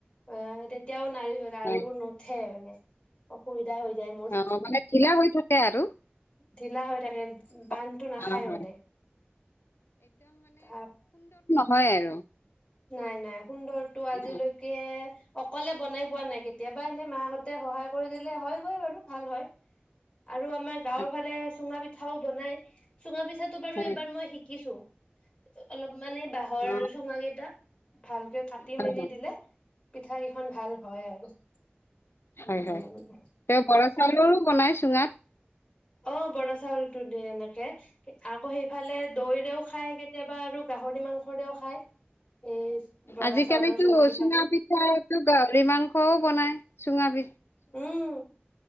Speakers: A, on the left; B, on the left.
A: আ, তেতিয়াও <unintelligible> লাৰুবোৰ
B: হয়
A: নুঠে মানে অসুবি ৰ হৈ যায় মোৰ
B: অ মানে ঢিলা হৈ থাকে আৰু।
A: ঢিলা হৈ থাকে। বান্ধটো
B: অ
A: নাখায়
B: হয়
A: মানে। তাত
B: হয় আৰু।
A: নাই, নাই। সুন্দৰটো আজিলৈকে
B: অ
A: অকলে বনাই পোৱা নাই, কেতিয়াবা এনেই মাহঁতে সহায় কৰি দিলে হয়গৈ বাৰু, ভাল হয়। আৰু আমাৰ গাঁৱৰ
B: আচ্ছা,
A: ফালে চুঙা পিঠ খাওঁ বনাই। চুঙা পিঠাটো বাৰু
B: হয়
A: এইবাৰ মই শিকিছোঁ। অলপ মানে বাঁহৰ
B: অ
A: চুঙা কেইটা। ভালকে কাটি
B: হয়
A: মেলি দিলে পিঠা কেইখন ভাল হয় আৰু। <unintelligible>
B: হয়-হয়
A: উম
B: তেওঁ বৰা চাউলৰো বনাই চুঙাত?
A: অ, বৰা চাউলটো দিয়ে এনেকে আকৌ সেই ইফালে দৈৰেও খায়। কেতিয়াবা আৰু গাহৰি মাংসৰেও খায়। এই বৰা
B: আজিকালিতো
A: চাউলৰ পিঠাটো
B: চুঙা পিঠাটো গাহৰি মাংসও বনাই। চুঙা বি
A: উম,